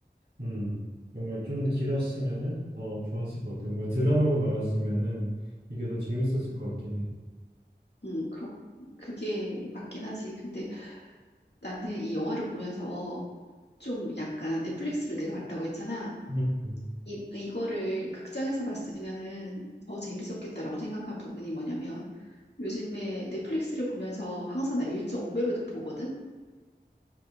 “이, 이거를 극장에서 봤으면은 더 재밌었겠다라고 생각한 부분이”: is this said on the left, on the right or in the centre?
Left